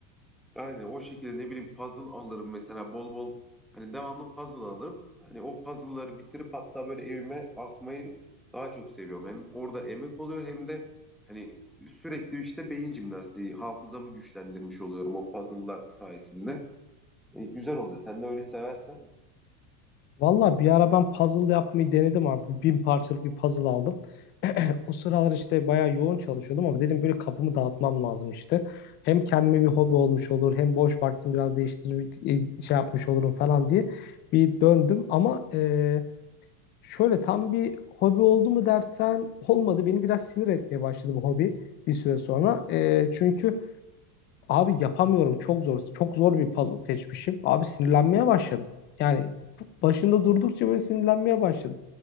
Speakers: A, in the centre; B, on the left (about 20°).
A: Aynen o şekilde ne bileyim puzzle alırım mesela bol bol hani devamlı puzzle alırım. Hani o puzzle'ları bitirip hatta böyle evime asmayı daha çok seviyorum. Hem orada emek oluyor hem de hani sürekli işte beyin jimnastiği, hafızamı güçlendirmiş oluyorum o puzzle'lar sayesinde. E, güzel oluyor. Sen de öyle seversen.
B: Valla bir ara ben puzzle yapmayı denedim abi. Bin parçalık bir puzzle aldım. <clears throat> O sıralar işte bayağı yoğun çalışıyordum ama dedim böyle kafamı dağıtmam lazım işte. Hem kendime bir hobi olmuş olur hem boş vaktimi biraz değiştirip e, şey yapmış olurum falan diye bir döndüm. Ama e, şöyle tam bir hobi oldu mu dersen olmadı. Beni biraz sinir etmeye başladı bu hobi bir süre sonra. E, çünkü Abi yapamıyorum çok zor. Çok zor bir puzzle seçmişim. Abi sinirlenmeye başladım. Yani başında durdukça böyle sinirlenmeye başladım.